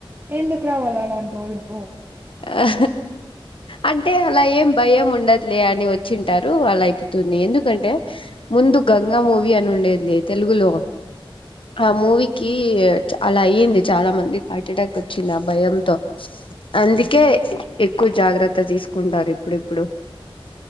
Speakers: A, on the right (about 20°); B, on the left (about 65°).
A: ఎందుకు రావాల అలాంటోళ్ళు
B: ఆ అంటే అలా ఏం భయం ఉండదులే అని వచ్చింటారు అలా అయిపోతుంది ఎందుకంటే ముందు గంగా మూవీ అని ఉండేది తెలుగులో ఆ మూవీ కి అలా అయ్యింది చాలా మంది హార్ట్ అటాక్ వచ్చింది ఆ భయంతో ఇందుకే ఎక్కువ జాగ్రత్త తీసుకుంటారు ఇప్పుడిప్పుడు